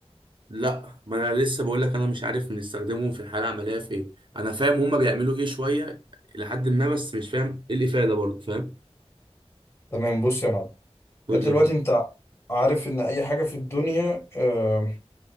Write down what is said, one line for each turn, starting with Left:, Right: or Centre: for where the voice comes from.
Right: لا ما انا لسه بقول لك انا مش عارف بنستخدمهم في الحاله العمليه في ايه انا فاهم هما بيعملوا ايه شويه لحد ما بس مش فاهم ايه الافاده برضه فاهم
Left: تمام بص يا معلم
Right: قول
Left: انت
Right: لي
Left: دلوقتي انت عارف ان اي حاجه في الدنيا آه